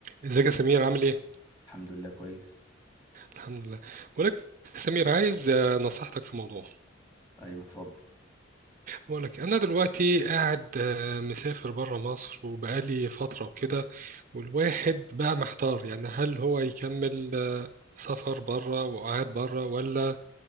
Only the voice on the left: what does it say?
الحمد لله كويس
ايوه اتفضل